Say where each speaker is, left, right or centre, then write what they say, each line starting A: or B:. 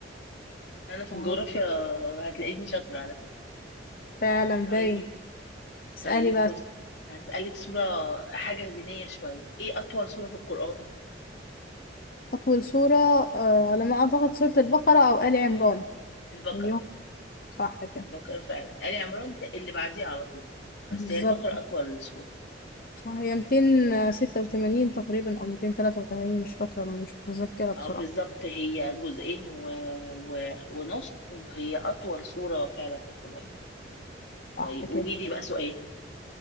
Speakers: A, on the left (about 65°); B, on the left (about 50°).
A: انا في
B: آه،
A: الجغرافيا هتلاقيني شاطرة على فكرة
B: فعلا باين
A: طيب
B: اسألي
A: طيب
B: بقى
A: بص هسألك سورة حاجة دينية شوية ايه اطول سورة في القرآن
B: أطول سورة أه على ما أعتقد سورة البقرة أو آل عمران
A: البقرة
B: أيوه صح كده
A: البقرة فعلا آل عمران ت- اللي بعديها على طول بس
B: بالظبط
A: هي البقرة اطول سورة
B: صح هي 286 تقريبا أو 283 مش فاكرة مش متذكرة بصراحة
A: اه بالظبط هي جزئين و... و... ونص وهي أطول سورة فعلا في القرآن
B: صح
A: طيب قولي
B: كده
A: لي بقى سؤال